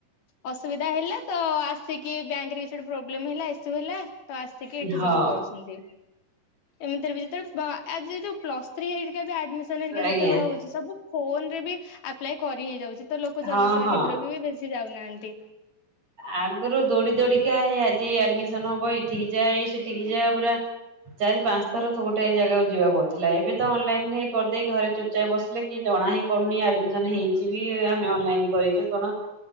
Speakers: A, on the left; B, on the right.
A: ଅସୁବିଧା ହେଲା ତ ଆସିକି ବ୍ୟାଙ୍କ ରେ କିଛି ଗୋଟେ ପ୍ରୋବ୍ଲେମ ହେଲା ଇସ୍ୟୁ ହେଲା ତ ଆସିକି ଏଠ
B: ହଁ
A: ସବୁ କରୁଛନ୍ତି, ଏମିତିରେ ଯେେବେଳେ ଆଜି ଯ ପ୍ଲସ ଥ୍ରି ହେଇ ଯେତେବେଳେ
B: ଆଜ୍ଞା
A: ହଉଛି ସବୁ ଫୋନ ରେ ବି ଆପ୍ଲାଏ କରି ହେଇଯାଉଛି ତ ଲୋକ
B: ହଁ
A: ଜନସେବା
B: ହଁ
A: କେନ୍ଦ୍ରକୁ ବି ବେଶ ଯାଉନାହାନ୍ତି।
B: ଆଗରୁ ଦୌଡି ଦୌଡିକା ଆଜି ଆଡମିସନ ହବ ଏଇଠିକ ଯାଏ ସେଠିକ ଯାଏ ପୁରା ଚାରି ପାଞ୍ଚ ଥର ଗୋଟେ ଜାଗାକୁ ଯିବା ପଡିଥିଲା ଏବେ ତ ଅନଲାଇନ କରିଦେଇ ଘରେପ ଚାଇ ବସିଲେ କିଏ ଜଣା ହିଁ ପଡ଼ୁନି ଆଡ଼ମିସନ ହେଇଯିବି ଆମେ ଅନଲାଇନ କରିଛୁ କଣ?